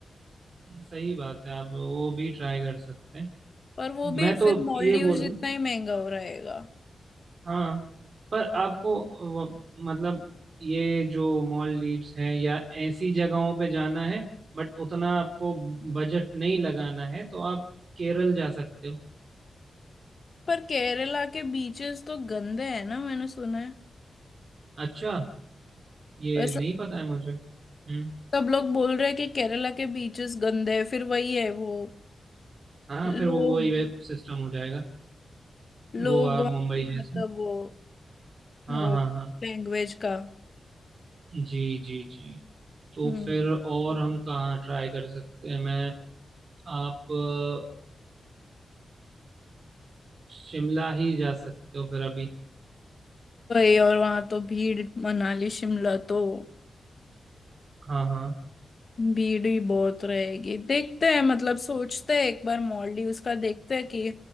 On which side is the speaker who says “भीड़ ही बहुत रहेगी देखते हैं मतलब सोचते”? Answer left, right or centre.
Left